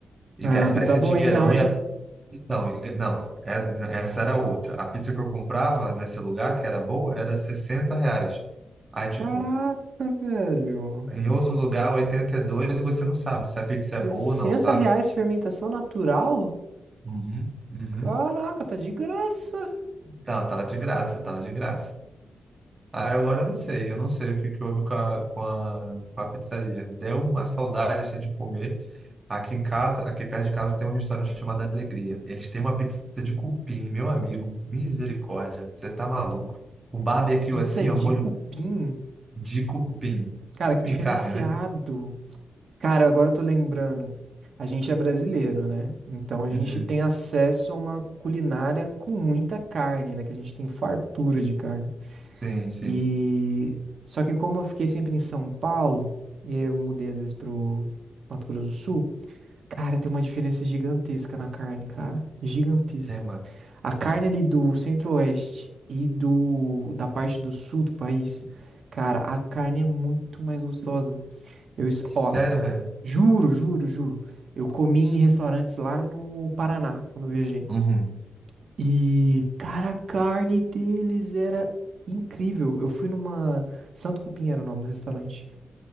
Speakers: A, on the right (about 20°); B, on the right (about 55°).
A: E
B: É uma
A: gastar
B: pizza
A: esse
B: boa
A: dinheirão
B: então, hein?
A: e a então, e- não, é- essa era outra. A pizza que eu comprava nesse lugar, que era boa, era 60 reais. Aí, tipo,
B: Caraca, velho.
A: em outro lugar, oitenta e dois e você não sabe se a pizza
B: sessenta
A: é boa ou não, sabe?
B: reais fermentação natural?
A: Uhum, uhum.
B: Caraca, tá de graça.
A: Não, tava de graça, tava de graça. Ah, agora eu não sei, eu não sei o que que houve com a, com a, com a pizzaria. Deu uma saudade, assim, de comer. Aqui em casa, aqui perto de casa, tem um restaurante chamado Alegria. Eles têm uma pizza de cupim, meu amigo. Misericórdia, você tá maluco. Com barbecue
B: Pizza
A: assim,
B: de
A: ó, molho
B: cupim.
A: de cupim.
B: Cara,
A: Cupim
B: que diferenciado.
A: carne, né?
B: Cara, agora eu tô lembrando. A gente é brasileiro, né? Então a gente
A: Uhum.
B: tem acesso a uma culinária com muita carne, né? Que a gente tem fartura de carne.
A: Sim, sim.
B: E só que como eu fiquei sempre em São Paulo, e aí eu mudei às vezes pro Mato Grosso do Sul, cara, tem uma diferença gigantesca na carne, cara. Gigantesca.
A: É, mano.
B: A carne ali do centro-oeste e do da parte do sul do país, cara, a carne é muito mais gostosa. Eu, es-
A: Sério,
B: ó,
A: velho?
B: juro, juro, juro. Eu comi em restaurantes lá no Paraná quando eu viajei.
A: Uhum.
B: E, cara, a carne deles era incrível. Eu fui numa Santo Cupim era o nome do restaurante.